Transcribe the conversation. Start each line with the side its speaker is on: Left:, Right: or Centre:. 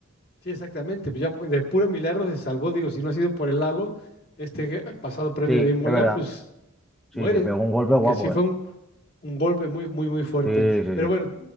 Left: Sí, exactamente, pues ya pu- de puro milagro se salvó, digo, si no ha sido por el halo, este pasado premio
Centre: Sí,
Left: de Imola,
Centre: es verdad.
Left: pues
Centre: Sí,
Left: muere,
Centre: se pegó un golpe
Left: porque
Centre: guapo,
Left: sí fue
Centre: ¿eh?
Left: un, un golpe muy, muy, muy fuerte.
Centre: Sí, sí,
Left: Pero bueno,
Centre: sí.